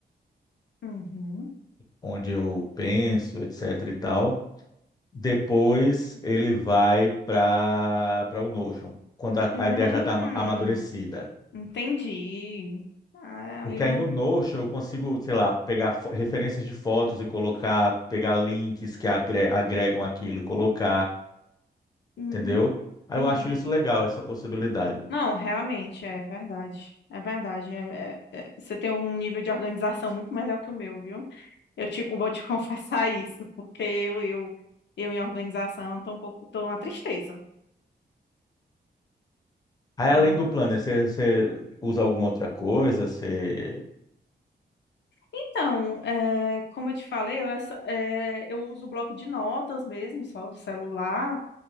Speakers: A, on the left (about 85°); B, on the left (about 20°).
A: Uhum.
B: onde eu penso, etc e tal. Depois ele vai para para o Notion, quando a,
A: Hum.
B: a ideia já está amadurecida.
A: Entendi. Ah, é ali
B: Porque
A: um.
B: aí no Notion eu consigo, sei lá, pegar fo- referências de fotos e colocar, pegar links que agre- agregam aquilo e colocar,
A: Uhum,
B: entendeu? Aí
A: entendi.
B: eu acho isso legal, essa possibilidade.
A: Não, realmente, é verdade. É verdade. é- é- é- você tem um nível de organização muito melhor que o meu, viu? Eu te, vou te <laughs> confessar isso, porque eu, eu, eu em organização tô um pouco, tô uma tristeza.
B: Aí
A: Eu-
B: além do Planner, você, você usa alguma outra coisa? Você...
A: então, é, como eu te falei, eu, essa- é, eu uso o bloco de notas mesmo, só do celular.